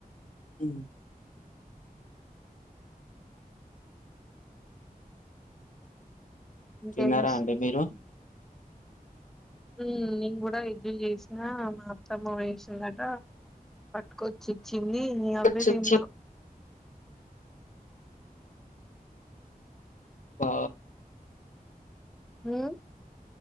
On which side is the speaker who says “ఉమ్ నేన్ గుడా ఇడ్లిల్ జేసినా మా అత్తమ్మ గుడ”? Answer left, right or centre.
Centre